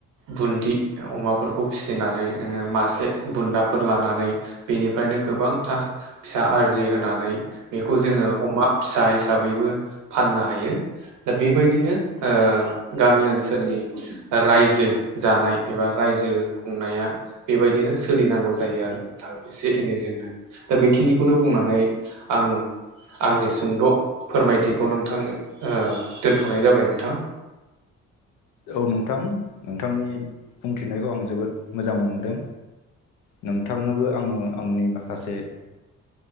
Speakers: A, on the right; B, on the left.
A: बुन्दि अमाफोरखौ फिसिनानै नोङो मासे बुन्दाफोर लानानै बिनिफ्रायनो गोबांथा फिसा आरजि होनानै बेखौ जोङो अमा फिसा हिसाबैबो फाननो हायो दा बेबायदिनो ओ गामि ओनसोलनि ओ रायजो जानाय एबा रायजो खुंनाया बिदिनो सोलिनांगौ जायो आरो नोंथां एसे एनैजोंनो ओं बेखिनिखौनो बुंनानै आं आंनि सुंद' फोरमायथिखौ नोंथां ओ दोनथ'नाय जाबाय नोंथां
B: औ नोंथां नोंथांनि बुंथिनायखौ आं जोबोद मोजां मोनदों नोंथांनोबो आङो आंनि माखासे